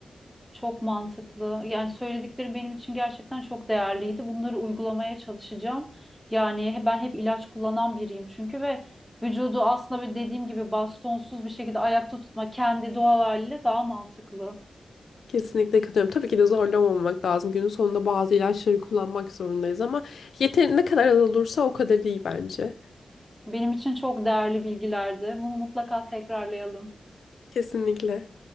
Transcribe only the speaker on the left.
Kesinlikle katılıyorum. Tabii ki de zorlamamak lazım. Günün sonunda bazı ilaçları kullanmak zorundayız ama yeteri ne kadar az olursa o kadar iyi bence.
Kesinlikle.